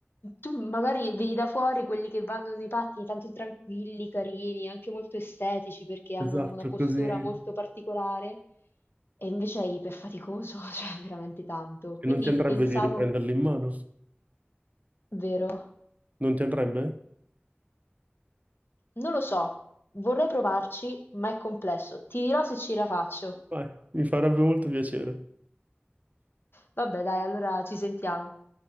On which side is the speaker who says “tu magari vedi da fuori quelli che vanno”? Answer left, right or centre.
Left